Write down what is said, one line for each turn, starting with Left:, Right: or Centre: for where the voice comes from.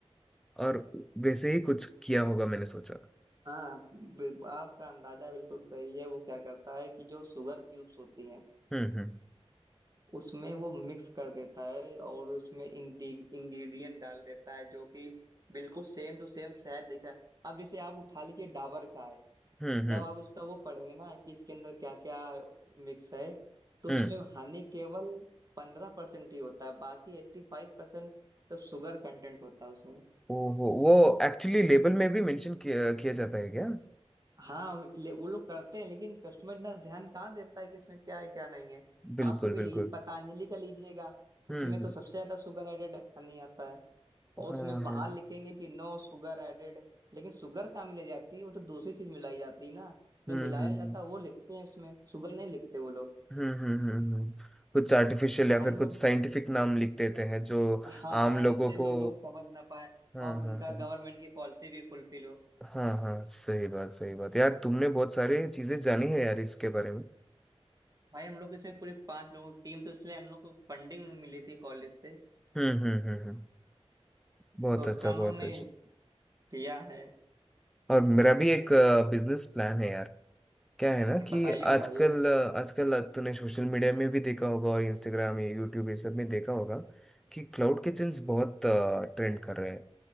Centre: और वैसे ही कुछ किया होगा मैंने सोचा
Right: हाँ बिल- आपका अंदाजा बिल्कुल सही है वो क्या करता है कि जो शुगर क्यूब्स होती हैं
Centre: हम्म हम्म
Right: उसमें वो मिक्स कर देता है और उसमें इंग्रेडिएंट डाल देता है जो कि बिल्कुल सेम टू सेम शहद जैसा अब जैसे आप उठा लीजिए डाबर का है
Centre: हम्म
Right: जब
Centre: हम्म
Right: आप इसका वो पढ़ेंगे ना कि इसके अंदर क्या क्या मिक्स है तो
Centre: हम्म
Right: उसमें हानि केवल पंद्रह परसेंट ही होता है बाकी एट्टी फाइव परसेंट सब शुगर कंटेंट होता है उसमें
Centre: ओहो वो एक्चुअली लेबल में भी मेंशन किया, किया जाता है क्या
Right: हाँ ले- वो लोग करते हैं लेकिन कस्टमर इतना ध्यान कहाँ देता है कि इसमें क्या है क्या नहीं है
Centre: बिल्कुल
Right: आप कभी
Centre: बिल्कुल
Right: लीजिए पतंजलि का लीजिएगा
Centre: हम्म
Right: उसमें तो
Centre: हम्म,
Right: सबसे ज्यादा शुगर एडेड नहीं आता है और
Centre: हाँ
Right: उसमें बाहर
Centre: हाँ
Right: लिखेंगे कि नो शुगर एडेड लेकिन शुगर कहाँ मिलाई जाती है वो तो दूसरी चीज मिलाई जाती है ना जो
Centre: हम्म
Right: मिलाया
Centre: हम्म
Right: जाता है वो लिखते हैं उसमें शुगर नहीं लिखते वो लोग
Centre: हम्म हम्म हम्म हम्म। कुछ आर्टिफिशियल
Right: तो
Centre: या
Right: हम
Centre: फिर
Right: लोग
Centre: कुछ साइंटिफिक नाम लिख देते हैं जो
Right: हाँ
Centre: आम
Right: हाँ
Centre: लोगों
Right: जिससे लो,
Centre: को
Right: लोग समझ ना पाए
Centre: हाँ
Right: और उनका
Centre: हाँ हाँ
Right: गवर्नमेंट की पॉलिसी भी फुलफिल हो
Centre: हाँ हाँ सही बात सही बात यार तुमने बहुत सारी चीजें जानी है यार इसके बारे में
Right: भाई हम लोग इसमें पूरे पांच लोगों की टीम तो इसलिए हम लोग को फंडिंग मिली थी कॉलेज से
Centre: हम्म हम्म हम्म हम्म, बहुत
Right: तो उसका
Centre: अच्छा
Right: हम
Centre: बहुत
Right: लोग ने
Centre: अच्छा
Right: किया है
Centre: और मेरा भी एक बिजनेस प्लान है यार क्या है ना कि
Right: बताइए
Centre: आजकल
Right: बताइए
Centre: अ, आजकल तूने सोशल मीडिया में भी देखा होगा और इंस्टाग्राम या यूट्यूब ये सब में देखा होगा कि क्लाउड किचन्स बहुत ट्रेंड कर रहे हैं